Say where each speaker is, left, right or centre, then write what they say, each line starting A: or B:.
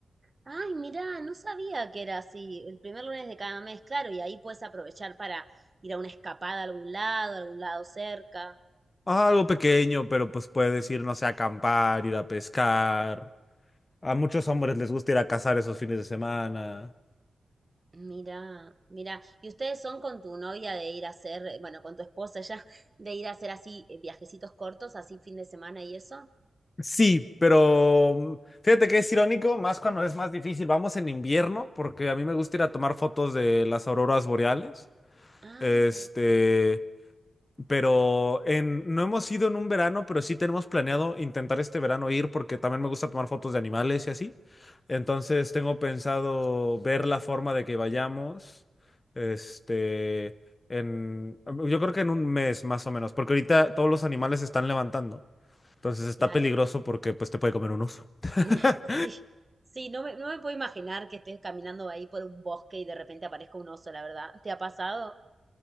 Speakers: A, on the right (about 25°); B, on the left (about 25°).
A: Ay, mirá, no sabía que era así. El primer lunes de cada mes, claro, y ahí puedes aprovechar para ir a una escapada a algún lado, a algún lado cerca.
B: Ah, algo pequeño, pero pues puedes ir, no sé, a acampar, ir a pescar. A muchos hombres les gusta ir a cazar esos fines de semana.
A: Mira, mira, ¿Y ustedes son con tu novia de ir a hacer, eh, bueno, con tu esposa ya, <laughs> de ir a hacer así eh, viajecitos cortos, así fin de semana y eso?
B: Sí, pero mm, fíjate que es irónico, más cuando es más difícil. Vamos en invierno, porque a mí me gusta ir a tomar fotos de las auroras boreales.
A: Ah,
B: Este, pero en, no hemos ido en un verano, pero sí tenemos planeado intentar este verano ir porque también me gusta tomar fotos de animales y así. Entonces tengo pensado ver la forma de que vayamos. Este, en, yo creo que en un mes más o menos, porque ahorita todos los animales se están levantando. Entonces está
A: claro.
B: peligroso porque pues te puede comer un oso. <laughs>
A: <laughs> Sí, sí, no me, no me puedo imaginar que estés caminando ahí por un bosque y de repente aparezca un oso, la verdad. ¿Te ha pasado?